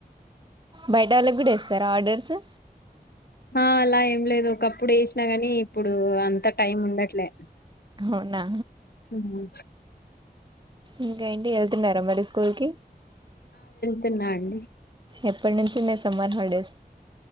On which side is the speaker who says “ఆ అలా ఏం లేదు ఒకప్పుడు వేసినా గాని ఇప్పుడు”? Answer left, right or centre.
Left